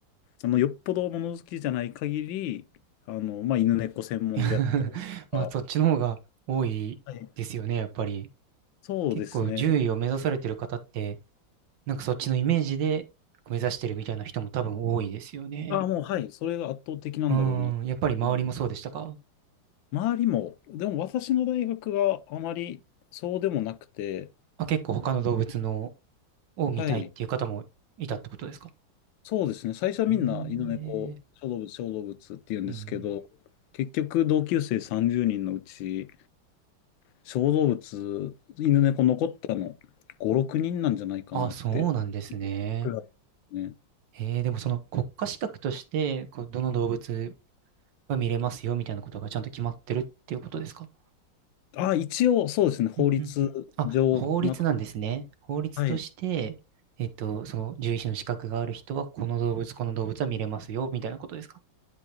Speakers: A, on the left; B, on the right.
A: あの、よっぽど物好きじゃない限り、あの、まあ、犬猫専門であったりと
B: <laughs> まあそっちの方が多いですよね、
A: か、はい。
B: やっぱり。
A: そうですね。
B: 結構獣医を目指されてる方ってなんかそっちのイメージで目指してるみたいな人も多分多いですよね。
A: あもう、はい、それが圧倒的なんだろうな。
B: うん、やっぱり周りもそうでしたか
A: もう周りも、でも私の大学があまりそうでもなくて、
B: あ、結構他の動物のを見たいっていう方もいたってことですか
A: はい。そうですね。最初はみんな犬猫、
B: ええ
A: 小動物、小動物って言うんですけど、
B: うん。
A: 結局同級生30人のうち、小動物、犬猫残ったの5、6人なんじゃないかなって
B: あ、そうなんですね。
A: くらいですね。
B: ええでもその国家資格として、こう、どの動物は見れますよみたいなことがちゃんと決まってるっていうことですか
A: あ、一応そうですね。法律上決まっ、
B: うんうんうん。あ、法律なんですね。法律として、
A: はい。
B: えっと、その獣医師の資格がある人は、この動物、この動物は見れますよみたいなことですか